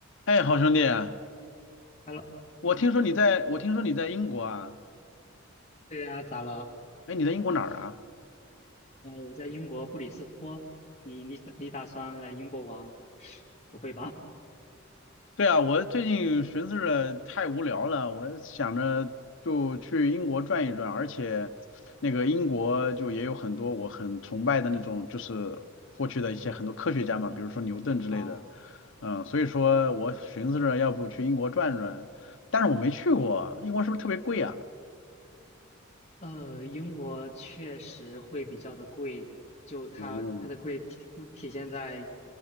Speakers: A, on the left; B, on the left.
A: 哎，好兄弟啊，
B: Hello，
A: 我听说你在，
B: 啊
A: 我听说你在英国啊？
B: 对呀，咋了？
A: 哎，你在英国哪儿啊？
B: 呃，我在英国布里斯托，你你你打算来英国玩？是不会吧？
A: 对啊，我最近寻思着太无聊了，我想着就去英国转一转，而且那个英国就也有很多我很崇拜的那种，就是过去的一些很多科学家嘛，比如说牛顿之类的，
B: <laughs> 哦
A: 嗯，所以说我寻思着要不去英国转转，但是我没去过，英国是不是特别贵啊？
B: 呃，英国确实会比较的贵，就它它的贵体不体现在，
A: 哦，